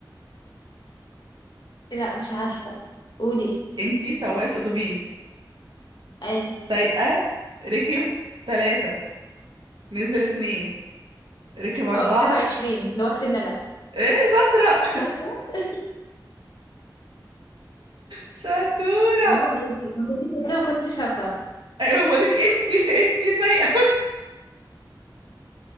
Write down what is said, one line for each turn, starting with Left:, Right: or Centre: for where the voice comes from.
Left: إيه لا مش عارفه قولي
Right: انتي سواقة اتوبيس
Left: اي
Right: سايقة ركب تلاتة نزل اتنين ركب أربعة
Left: اه 23 ده هو سننا
Right: ايه شاطرة
Left: صح كده <laughs>
Right: <laughs> شطورة
Left: برافو عليكي لو كنت قلت كده ما كنتش هفهم
Right: ايوه بقولك انتي انتي سايقة